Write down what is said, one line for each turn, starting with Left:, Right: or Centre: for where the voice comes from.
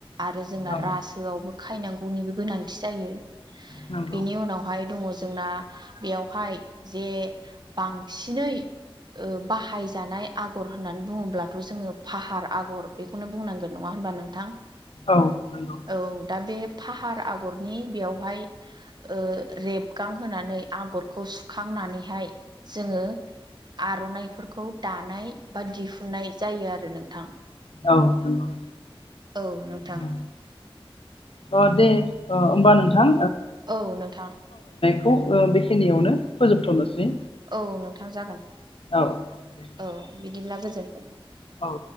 Right: आरो जोंना
Left: औ
Right: रासोआवबो खायनांगौनिबो गोनांथि जायो।
Left: नंगौ
Right: बिनि उनावहाय दङ जोंना बेयावहाय जे बांसिनै ओ बाहायजानाय आगर होननानै बुङोब्लाथ' जोङो फाहार आगर बेखौनो बुंनांगोन नङा होनबा नोंथां
Left: औ नंगौ
Right: औ दा बे फाहार आगरनि बेयावहाय ओ रेबगां होनानै आगरखौ सुखां नानैहाय जोङो आर'नाइफोरखौ दानाय बा दिहुननाय जायो आरो नोंथां।
Left: औ नंगौ
Right: औ नोंथां
Left: औ अ' दे अ' होमबा नोंथां
Right: औ नोंथां
Left: खौ बेखिनियावनो फोजोबथनोसै।
Right: औ नोंथां जागोन
Left: औ दे
Right: औ बिदिब्ला गोजोनथों।
Left: औ